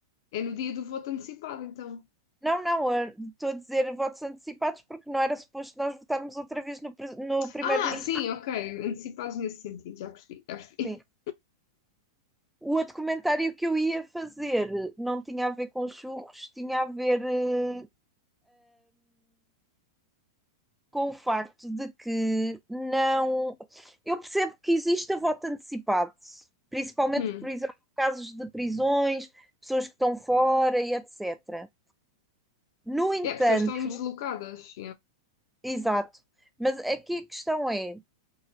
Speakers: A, on the left; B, in the centre.
A: É no dia do voto antecipado, então.
B: Não, não, eu estou a dizer votos antecipados porque não era suposto nós votarmos outra vez no, pre- no primeiro-ministro.
A: Ah, sim, ok. Antecipados nesse sentido, já percebi, já percebi.
B: Sim.
A: <laughs>
B: O outro comentário que eu ia fazer não tinha a ver com churros, tinha a ver eh, com o facto de que não. Eu percebo que existe a voto antecipado, principalmente,
A: Hum.
B: por exemplo, casos de prisões, pessoas que estão fora e etc. No entanto,
A: É, pessoas estão deslocadas.
B: exato, mas aqui a questão é: